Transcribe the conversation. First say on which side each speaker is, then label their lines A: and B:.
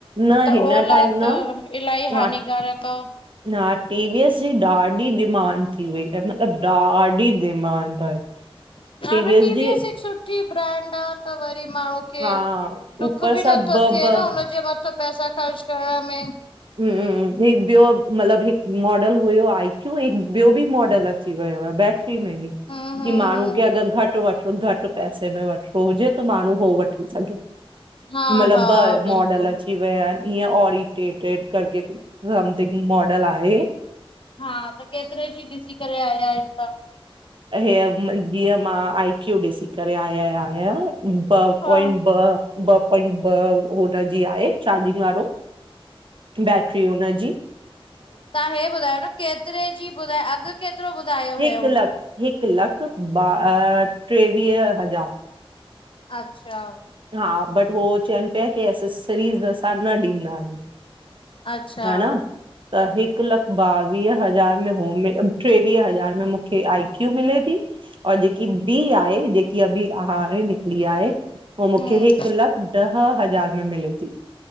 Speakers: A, on the right (about 55°); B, on the left (about 60°).
A: न
B: त
A: हिन
B: ओला
A: टाइम
B: त
A: न
B: इल्हाई
A: हा
B: हानिकारक आ।
A: हा टीवीअस जी ॾाढी डिमांड थी वई आहे, मतलबु ॾाढी डिमांड आहे।
B: हांणें
A: टीवीएस
B: टी
A: जी
B: वी एस हिक सुठी ब्रांड आ त वरी माण्हू खे
A: हा
B: दुख
A: ऊपर सां
B: बि नथो
A: ॿ
B: थिए
A: ॿ
B: न हुनजे मथां पैसा ख़र्च करण में
A: हम्म, हिकु ॿियो मतलबु हिकु मॉडल हुयो आई क्यू हिकु ॿियो बि मॉडल अची वयो आहे बै में ही
B: हम्म हम्म
A: की माण्हूं खे अगरि घटि वठ छो घटि पैसे में वठिणो हुजे त माण्हूं हो वठी सघे
B: हा
A: मतिलब
B: हा
A: ब् मॉडल
B: बिल्कुल
A: अची वया इनि, ईंयं ओरिटेटेड करके संथिंग मॉडल आहे!
B: हा त केतिरे जी ॾिसी करे आया आहियो तहां?
A: हे जीअं मां आई क्यू ॾिसी करे आया या या आहियूं
B: तव्हां?
A: ॿ पॉइंट ब, ब पॉइंट ब हुनजी आहे चार्जिंग वारो। बैटरी हुनजी जी
B: तहां हे ॿुधायो न केतिरे जी ॿुधायो, अघु केतिरो ॿुधायो
A: हिकु
B: हुयंऊं?
A: लख हिकु लख ब ट्रे वीह हज़ार।
B: अच्छा!
A: हा बट हो चवनि पिया की एसेसरीज़ असां न ॾींदा आहियूं।
B: अच्छा
A: ह न त हिकु लख ॿावीह हज़ार में हो टेवीह हज़ार में मुखे आई क्यू मिले ती और जेकी बि आहे, जेकी अभी हाणे निकली आहे हो मुखे
B: हम्म
A: हिकु लख डह हज़ार में मिले ती।